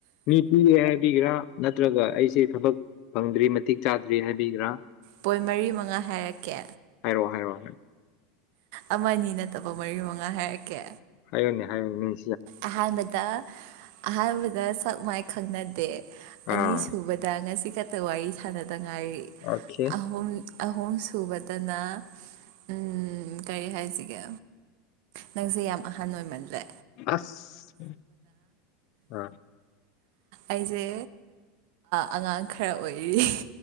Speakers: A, on the left; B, on the right.
A: ꯃꯤ ꯄꯤꯌꯦꯦ ꯍꯥꯏꯕꯤꯒꯦꯔꯥ ꯅꯠꯇ꯭ꯔꯒ ꯑꯩꯁꯦ ꯊꯕꯛ ꯐꯪꯗ꯭ꯔꯤ ꯃꯇꯤꯛ ꯆꯥꯗ꯭ꯔꯤ ꯍꯥꯏꯕꯤꯒꯔꯥ
B: ꯄꯣꯏ ꯃꯔꯤ ꯃꯉꯥ ꯍꯥꯏꯔꯛꯀꯦ
A: ꯍꯥꯏꯔꯛꯑꯣ ꯍꯥꯏꯔꯛꯑꯣ
B: ꯑꯃꯅꯤ ꯅꯠꯇꯕ ꯃꯔꯤ ꯃꯉꯥ ꯍꯥꯏꯔꯛꯀꯦ
A: ꯍꯥꯏꯌꯅꯦ ꯍꯥꯏꯌꯅꯦ
B: ꯑꯍꯥꯟꯕꯗ ꯑꯍꯥꯟꯕꯗ ꯁꯛ ꯃꯥꯏ ꯈꯪꯅꯗꯦ
A: ꯑꯥ
B: ꯑꯅꯤ ꯁꯨꯕꯗ ꯉꯁꯤ ꯈꯛꯇ ꯋꯥꯔꯤ ꯁꯥꯟꯅꯗꯉꯥꯏ
A: ꯑꯈꯦ
B: ꯑꯍꯨꯝ ꯑꯍꯨꯝ ꯁꯨꯕꯗꯅ ꯎꯝ ꯀꯔꯤ ꯍꯥꯏꯁꯤꯒꯦ ꯅꯪꯁꯦ ꯌꯥꯝ ꯑꯍꯟ ꯑꯣꯏꯃꯜꯂ꯭ꯔꯦ
A: ꯑꯁ ꯑꯥ
B: ꯑꯩꯁꯦ ꯑꯉꯥꯡ ꯈꯔ ꯑꯣꯏꯔꯤ꯫